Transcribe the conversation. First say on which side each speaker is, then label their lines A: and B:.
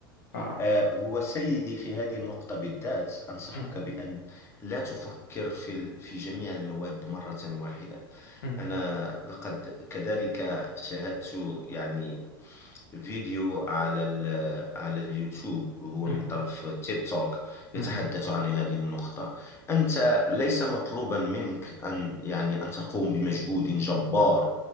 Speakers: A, on the left; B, on the left.
A: ف...
B: آه، هو سيدي في هذه النقطة بالذات أنصحك
A: م-
B: بأن لا تفكر في ال- في جميع المواد مرة واحدة
A: م-
B: أنا لقد كذلك شاهدت يعني فيديو على ال- على اليوتيوب وهو
A: م-
B: من طرف تيد توك
A: م-
B: يتحدث عن هذه النقطة أنت ليس مطلوبا منك أن يعني أن تقوم بمجهود جبار